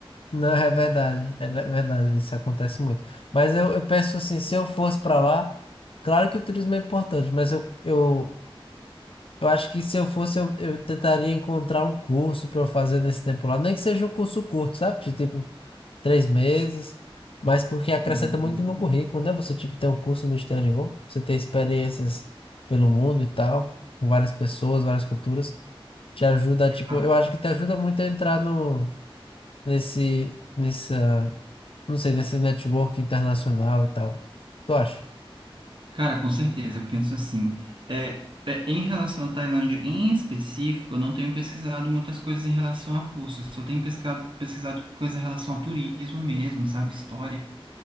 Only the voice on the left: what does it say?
Não, é verdade, é le- verdade, isso acontece muito. Mas eu, eu penso assim, se eu fosse para lá, claro que o turismo é importante, mas eu, eu, eu acho que se eu fosse, eu, eu tentaria encontrar um curso para eu fazer nesse tempo lá, nem que seja um curso curto, sabe? De Tipo, três meses, mas porque acrescenta
muito no currículo, né? Você, tipo, ter um curso no exterior, você ter experiências pelo mundo e tal, com várias pessoas, várias culturas, te ajuda,
tipo, eu acho que te ajuda muito a entrar no, nesse, nessa, não sei, nesse network internacional e tal. Tu acha?